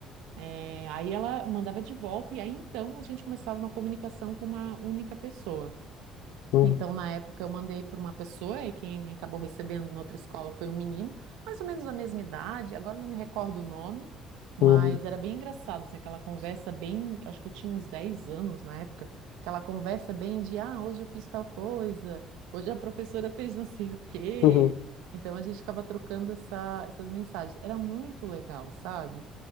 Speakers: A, on the right (about 85°); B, on the left (about 75°).
A: eh, aí ela mandava de volta, e aí então a gente começava uma comunicação com uma única pessoa.
B: uhum,
A: Então, na época, eu mandei para uma pessoa e quem acabou recebendo na outra escola foi um menino, mais ou menos da mesma idade, agora eu não me recordo o nome, mas
B: uhum,
A: era bem engraçado, assim, aquela conversa bem, eu acho que eu tinha uns 10 anos na época, aquela conversa bem de, ah, hoje eu fiz tal coisa, hoje a professora fez não sei o quê.
B: uhum,
A: Então, a gente ficava trocando essa- essas mensagens. Era muito legal, sabe?